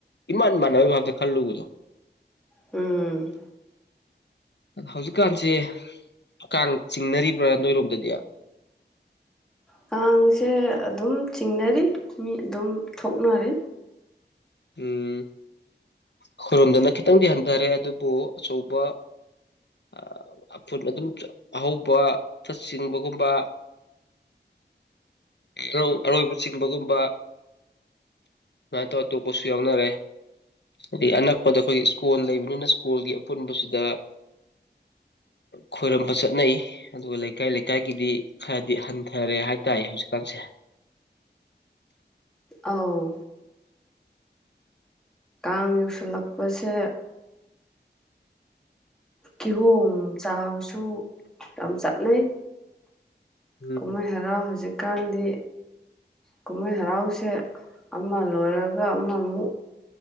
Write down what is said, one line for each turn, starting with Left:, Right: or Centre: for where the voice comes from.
Left: ꯏꯃꯥꯟ ꯃꯥꯟꯅꯕꯒꯤ ꯐꯥꯕꯇ ꯈꯜꯂꯨꯕꯗꯣ
Centre: ꯎꯝ
Left: ꯍꯧꯖꯤꯛꯀꯥꯟꯁꯦ ꯀꯥꯡ ꯆꯤꯡꯅꯔꯤꯕ꯭ꯔꯥ ꯅꯣꯏꯔꯣꯝꯗꯗꯤ
Centre: ꯀꯥꯡꯁꯦ ꯑꯗꯨꯝ ꯆꯤꯡꯅꯔꯤ ꯃꯤ ꯑꯗꯨꯝ ꯊꯣꯛꯅꯔꯤ
Left: ꯎꯝ ꯈꯣꯏꯔꯣꯝꯗꯅ ꯈꯤꯇꯪꯗꯤ ꯍꯟꯊꯔꯦ ꯑꯗꯨꯕꯨ ꯑꯆꯧꯕ ꯑ ꯑꯐꯨꯠ ꯑꯗꯨꯝ ꯑꯍꯧꯕ ꯐꯠ ꯆꯤꯡꯕꯒꯨꯝꯕ ꯏꯔꯧ ꯑꯔꯣꯏꯕ ꯆꯤꯡꯕꯒꯨꯝꯕ ꯁꯃꯥꯏꯅ ꯇꯧꯔ ꯇꯣꯛꯄꯁꯨ ꯌꯥꯎꯅꯔꯦ ꯗꯤ ꯑꯅꯛꯄꯗ ꯑꯩꯈꯣꯏꯒꯤ ꯁ꯭ꯀꯣꯟ ꯂꯩꯕꯅꯤꯅ ꯁ꯭ꯀꯣꯜꯒꯤ ꯑꯄꯨꯟꯕꯁꯤꯗ ꯑ ꯈꯣꯏꯔꯝꯕ ꯆꯠꯅꯩ ꯑꯗꯨꯒ ꯂꯩꯀꯥꯏ ꯂꯩꯀꯥꯏꯒꯤꯗꯤ ꯈꯔꯗꯤ ꯍꯟꯊꯔꯦ ꯍꯥꯏ ꯇꯔꯦ ꯍꯧꯖꯤꯛ ꯀꯥꯟꯁꯦ
Centre: ꯑꯥꯎ ꯀꯥꯡ ꯌꯧꯁꯜꯂꯛꯄꯁꯦ ꯀꯤꯍꯣꯝ ꯆꯥꯕꯁꯨ ꯌꯥꯝ ꯆꯠꯅꯩ
Left: ꯎꯝ
Centre: ꯀꯨꯝꯍꯩ ꯍꯔꯥꯎ ꯍꯧꯖꯤꯛꯀꯥꯟꯗꯤ ꯀꯨꯝꯃꯩ ꯍꯔ ꯍꯔꯥꯎꯁꯦ ꯑꯃ ꯂꯣꯏꯔꯒ ꯑꯃꯃꯨꯛ